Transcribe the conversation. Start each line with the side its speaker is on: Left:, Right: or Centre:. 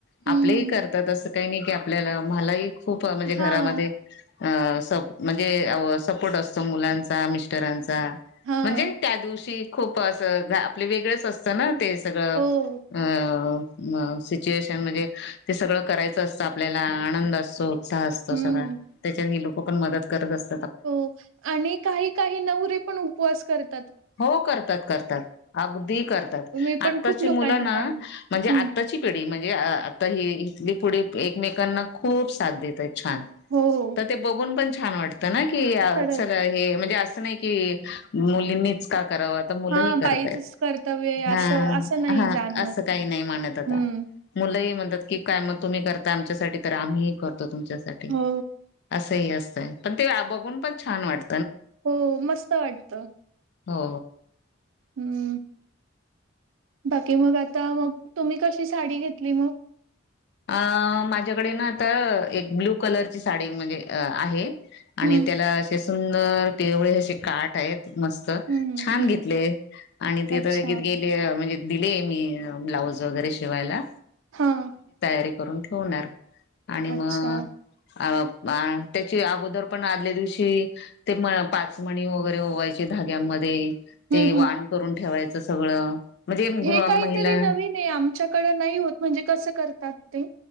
Right: हम्म.
Left: आपलेही करतात असं काही नाही की आपल्याला मलाही खूप म्हणजे
Right: हां,
Left: घरामध्ये अ म्हणजे सपोर्ट असतो मुलांचा मिस्टरांचा
Right: हां.
Left: म्हणजे त्या दिवशी खूप असं आपले वेगळेच असतं ना ते सगळं
Right: हो.
Left: अ अ सिच्युएशन म्हणजे ते सगळं करायचं असतं आपल्याला आनंद अस उत्साह असतो.
Right: हम्म.
Left: सगळ त्याच्या ही लोक पण मदत करत असत
Right: हो आणि काही काही नवरे पण उपवास करत
Left: हो करतात करतात. अगदी करतात
Right: मी पण
Left: आत्ताची
Right: खूप लोकांना
Left: मुलं ना
Right: पाहिलं.
Left: म्हणजे आत
Right: हं.
Left: आताची पिढी म्हणजे आता ही इथली पुढे एकमेकांना खूप साथ देतायेत. छान
Right: हो.
Left: तर ते बघून पण छान वाटतं ना की
Right: खरंच.
Left: च हे म्हणजे नाही कि मुलीनी कराव आता मुल
Right: हां
Left: ही
Right: बाईचच
Left: करता येत.
Right: कर्तव्य आहे
Left: ह
Right: असं असं नाही
Left: हा
Right: जाणवत.
Left: अस काही नाही मानत आता
Right: हं.
Left: मुलंही म की काय मग तुम्ही करता आमच्यासाठी तर आम्ही करतो तुमच्यासाठी
Right: हो.
Left: असंही असतंय. पण ते आ बघून पण छान वाट
Right: हो मस्त वाटत.
Left: हो.
Right: हम्म. बाकी मग आता मग तुम्ही कशी साडी घेतली मग?
Left: अ माझ्याकडे ना आता एक ब्ल्यू कलरची साडी म्हणजे अ आहे. आणि
Right: हं,
Left: त्याला असे सुंदर पिवळे असे काठ आहेत. मस्त
Right: हं, हं.
Left: छान
Right: हं.
Left: घेतले आणि तिथ
Right: अच्छा.
Left: गेले म्हणजे दिले मी ब्लाऊज वगैरे शिवायला.
Right: हां.
Left: रे करून ठेवणार आणि म
Right: अच्छा.
Left: आ अं त्याची अगोदर पण आदल्या दिवशी ते म पाचमणी वगैरे वायचे धाग्यामध्ये
Right: हं,
Left: ते वाण
Right: हं.
Left: करून ठेवायचं सगळं. म्हणजे
Right: हे
Left: गृह
Right: काहीतरी
Left: महिला
Right: नवीन ए आमच्याकडं नाई होत. म्हणजे कसं करतात ते?